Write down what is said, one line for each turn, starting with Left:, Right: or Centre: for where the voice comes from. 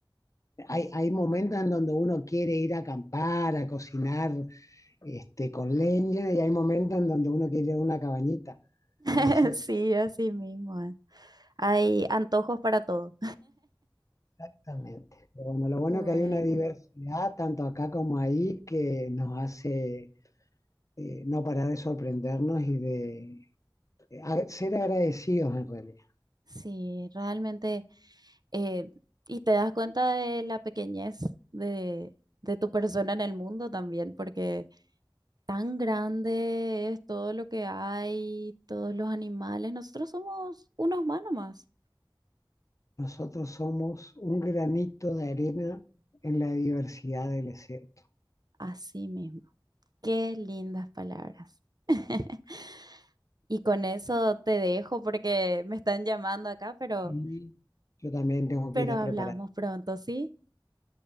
Left: hay, hay momentos en donde uno quiere ir a acampar, a cocinar este, con leña y hay momentos en donde uno quiere una cabañita.
Right: <laughs>
Left: Así
Right: Sí, así mismo. eh. Hay antojos para todo.
Left: exactamente. Pero bueno, lo bueno
Right: Bueno,
Left: es que hay una diversidad tanto acá como ahí que nos hace eh, no parar de sorprendernos y de eh, a- ser agradecidos en realidad.
Right: sí, realmente, eh, y te das cuenta de la pequeñez de, de tu persona en el mundo también, porque tan grande es todo lo que hay, todos los animales. Nosotros somos unos más nomás.
Left: Nosotros somos un granito de arena en la diversidad del desierto.
Right: Así mismo. Qué lindas palabras. <laughs> Y con eso te dejo porque me están llamando acá, pero,
Left: Sí. Yo también tengo
Right: pero
Left: que ir a
Right: hablamos
Left: preparar.
Right: pronto, ¿sí?